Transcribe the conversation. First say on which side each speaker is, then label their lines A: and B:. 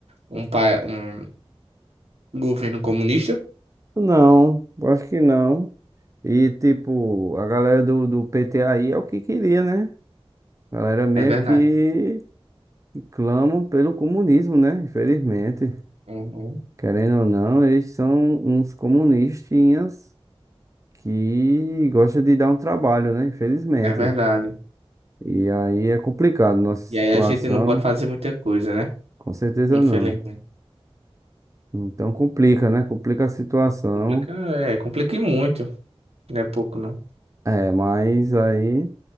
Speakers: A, on the right; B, on the right.
A: um, pa- um governo comunista?
B: Não, acho que não. E, tipo, a galera do, do PT aí é o que queria, né? A galera meio
A: É verdade.
B: que que clamam pelo comunismo, né? Infelizmente.
A: Uhum.
B: Querendo ou não, eles são uns comunistinhas que gosta de dar um trabalho, né? Infelizmente.
A: É verdade.
B: E aí é complicado nossa situação,
A: E aí a gente não pode fazer muita coisa, né?
B: com certeza
A: Infelizmente.
B: não. Então complica, né? Complica a situação.
A: Complica, é, complica e muito, não é pouco não.
B: É, mas aí.